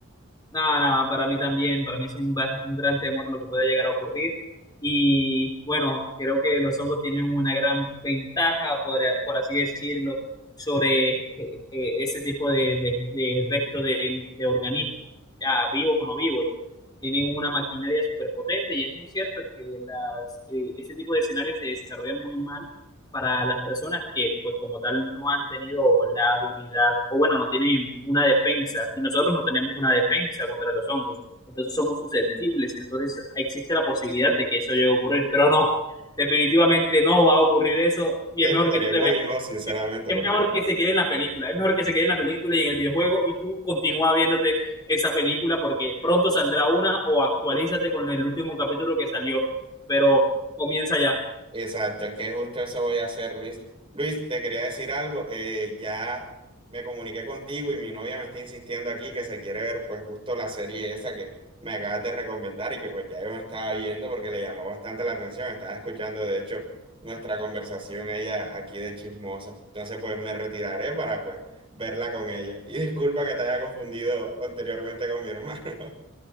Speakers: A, on the left; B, on the right.
A: Nada, nada, para mí también, para mí es un, va- un gran temor lo que pueda llegar a ocurrir. Y bueno, creo que los hongos tienen una gran ventaja, podría- por, así decirlo, sobre eh, eh, ese tipo de, de, de resto de, de organismos, ya vivos o no vivos. Tienen una maquinaria superpotente y es muy cierto que las, eh, ese tipo de escenarios se desarrollan muy mal para las personas que, pues como tal, no han tenido la habilidad, o bueno, no tienen una defensa, y nosotros no tenemos una defensa contra los hongos, entonces somos susceptibles, entonces existe la posibilidad de que eso llegue a ocurrir, pero no, definitivamente no va a ocurrir eso, y
B: Esperemos
A: es mejor que tú te veas,
B: y no, sinceramente,
A: es
B: porque
A: mejor que se quede en la película, es mejor que se quede en la película y en el videojuego, y tú continúa viéndote esa película porque pronto saldrá una, o actualízate con el último capítulo que salió, pero comienza ya.
B: exacto, es que justo eso voy a hacer, Luis. Luis, te quería decir algo, eh, ya me comuniqué contigo y mi novia me está insistiendo aquí que se quiere ver pues justo la serie esa que me acabas de recomendar y que pues ya yo me estaba viendo porque le llamó bastante la atención, estaba escuchando de hecho nuestra conversación ella aquí de chismosa, entonces pues me retiraré para pues verla con ella. Y disculpa que te haya confundido anteriormente con mi hermano.